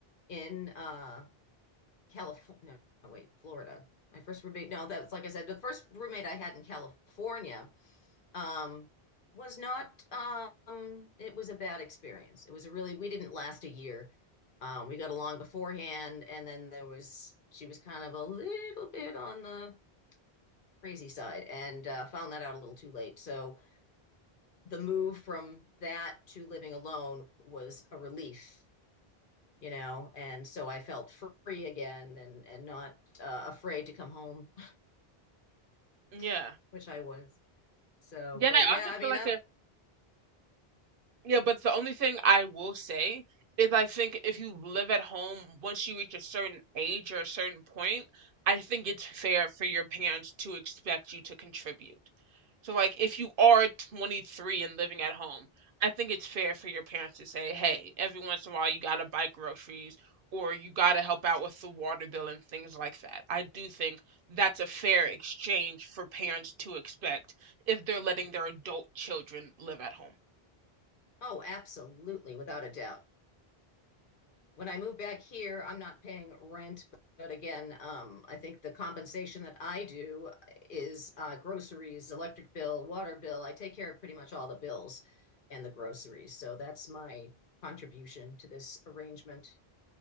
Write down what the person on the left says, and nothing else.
in uh California. No, no, wait, Florida. My first roommate, no, that's like I said, the first roommate I had in California um was not um it was a bad experience. It was a really we didn't last a year. Um, we got along beforehand, and then there was she was kind of a little bit on the crazy side and uh, found that out a little too late. So the move from that to living alone was a relief, you know, and so I felt free again and and not uh, afraid to come home,
<laughs> which I was. So,
but
yeah,
I mean,
I
oh, absolutely, without a doubt. when I move back here, I'm not paying rent. But again, um, I think the compensation that I do is uh, groceries, electric bill, water bill. I take care of pretty much all the bills and the groceries. So that's my contribution to this arrangement.